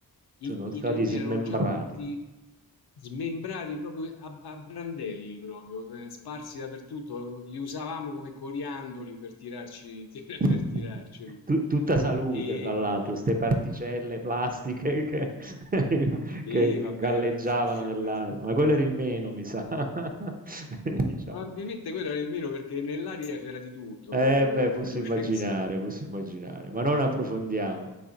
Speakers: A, on the left; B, on the right.
A: i,
B: sono
A: i
B: stati
A: teloni
B: smembrati.
A: erano già tutti smembrati proprio a, a brandelli, proprio eh, sparsi dappertutto. Li usavamo come coriandoli per tirarci, <laughs>
B: <laughs>
A: per tirarceli.
B: Tu- Tutta salute,
A: E,
B: fra l'altro, ste particelle plastiche che, <laughs>
A: e
B: che
A: vabbè,
B: galleggiavano
A: ma fi- figurati.
B: nell'aria, ma quello era il meno, mi sa. <laughs> Diciamo.
A: Probabilmente quello era il meno perché nell'aria c'era di tutto,
B: Eh
A: proprio
B: beh, posso
A: quello
B: immaginare,
A: che <laughs> sei.
B: posso immaginare, ma non approfondiamo.